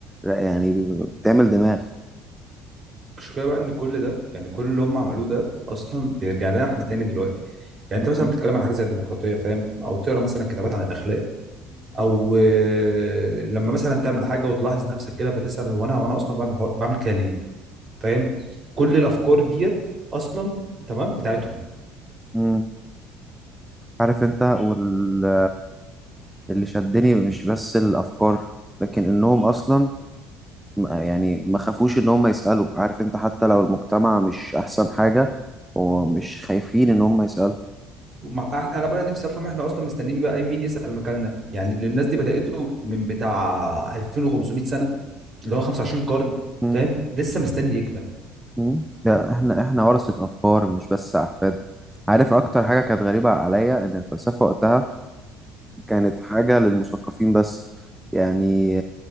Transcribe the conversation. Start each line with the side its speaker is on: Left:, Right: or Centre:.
Centre: ر- يعني بتعمل دماغ
Right: المشكله بقى ان كل ده يعني كل اللي هم عملوه ده اصلا بيرجع لنا احنا تاني دلوقتي يعني انت
Centre: مم.
Right: مثلا بتتكلم عن حاجه زي الديمقراطيه فاهم او تقرا مثلا كتابات عن الاخلاق او آه، لما مثلا تعمل حاجه وتلاحظ نفسك كده فتسال هو انا هو انا اصلا بعمل حو- بعمل كده ليه فاهم كل الافكار ديت اصلا تمام بتاعتهم
Centre: مم. عارف انت واللي شدني مش بس الأفكار لكن انهم اصلا ما- يعني ما خافوش ان هم يسألوا عارف انت حتى لو المجتمع مش احسن حاجة ومش خايفين ان هم يسألوا
Right: ومع- أح- انا بقى نفسي افهم احنا اصلا مستنيين بقى مين يسال مكاننا يعني اللي
Centre: مم.
Right: الناس دي بدأته من بتاع 2500 سنه اللي هو 25 قرن
Centre: مم.
Right: فاهم لسه مستني يكمل
Centre: مم. لا احنا احنا ورثة افكار مش بس احفاد عارف اكتر حاجة كانت غريبة عليا ان الفلسفة وقتها كانت حاجة للمثقفين بس يعني